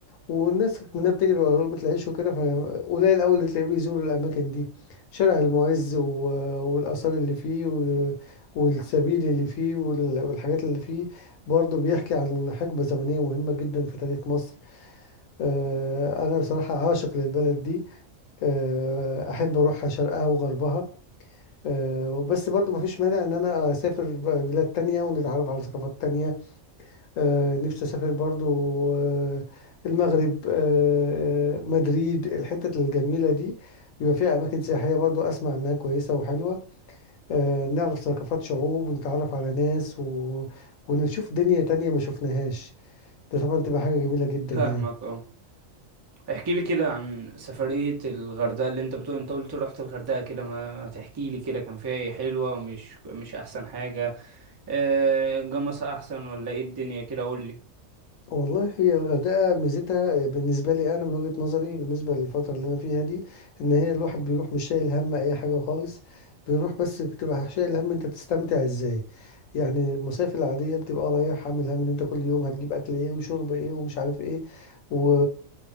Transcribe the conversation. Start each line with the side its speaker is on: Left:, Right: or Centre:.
Left: والناس منها بتجري وراه ما تلاقيش وكده فقليل أوي اللي تلاقيه بيزور الأماكن دي شارع المعز و... والآثار اللي فيه و... والسبيل اللي فيه وال... والحاجات اللي فيه برضه بيحكي عن حقبة زمنية مهمة جدا في تاريخ مصر آه، أنا بصراحة عاشق للبلد دي آه، أحب أروحها شرقها وغربها آه، بس برضه مفيش مانع إن أنا أسافر بلاد تانية ونتعرف على ثقافات تانية آه، نفسي اسافر برضو آه، المغرب آه، آه، مدريد الحتت الجميله دي بيبقى فيها اماكن سياحيه برضو اسمع انها كويسه وحلوه آه، نعرف ثقافات شعوب ونتعرف على ناس و... ونشوف دنيا تانية ما شفناهاش ده طبعا تبقى حاجه جميله جدا
Right: فاهمك
Left: يعني
Right: اه احكي لي كده عن سفرية الغردقة اللي انت بتقول انت قلت رحت الغردقة كده ما ما تحكي لي كده كان فيها ايه حلوة مش مش احسن حاجة آه، الجمصة احسن ولا ايه الدنيا كده قول لي
Left: والله هي الغردقة ميزتها بالنسبة لي أنا من وجهة نظري بالنسبة للفترة اللي أنا فيها دي إن هي الواحد بيروح مش شايل هم أي حاجة خالص بيروح بس بتبقى شايل هم أنت بتستمتع إزاي يعني المصايف العادية بتبقى رايح عامل هم إن أنت كل يوم هتجيب أكل إيه وشرب إيه ومش عارف إيه و...